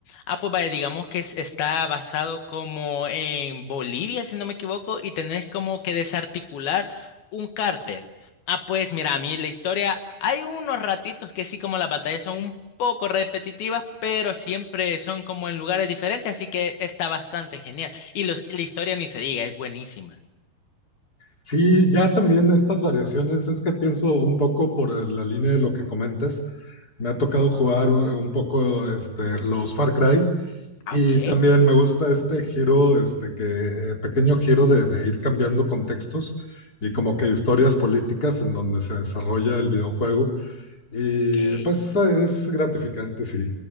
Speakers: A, on the left (about 80°); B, on the left (about 25°).
A: Ah, pues vaya, digamos que es- está basado como en Bolivia, si no me equivoco, y tenés como que desarticular un cártel. Ah, pues mira, a mí la historia, hay unos ratitos que sí como las batallas son un poco repetitivas, pero siempre son como en lugares diferentes, así que está bastante genial. Y los, la historia ni se diga, es buenísima.
B: Sí, ya también estas variaciones, es que pienso un poco por el- la línea de lo que comentas. Me ha tocado jugar u- un poco este, los Far Cry
A: Ah,
B: y
A: ok,
B: también me gusta este giro, este que, eh, pequeño giro de, de ir cambiando contextos y como que historias políticas en donde se desarrolla el videojuego. Y
A: ok.
B: pues eh, es gratificante, sí.